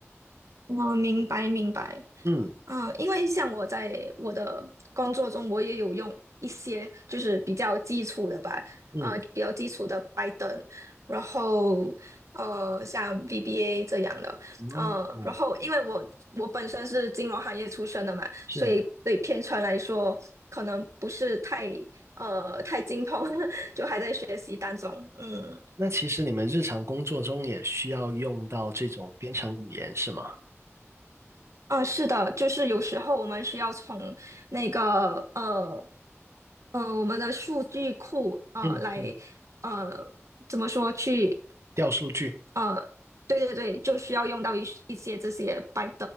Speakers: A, on the right; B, on the right.
A: 嗯，明白明白。
B: 嗯
A: 嗯，因为像我在我的工作中，我也有用一些就是比较基础的吧，
B: 嗯
A: 呃，比较基础的 p y t h n 然后呃，像 VBA 这样的，
B: 嗯，
A: 呃，
B: 嗯，
A: 然后因为我我本身是金融行业出身的嘛，
B: 是。
A: 所以对编程来说可能不是太呃太精通，<laughs> 就还在学习当中。嗯
B: 那其实你们日常工作中也需要用到这种编程语言是吗？
A: 嗯，是的，就是有时候我们需要从那个呃呃我们的数据库呃来呃怎么说去
B: 嗯嗯，调数据。
A: 呃对对对，就需要用到一一些这些 p y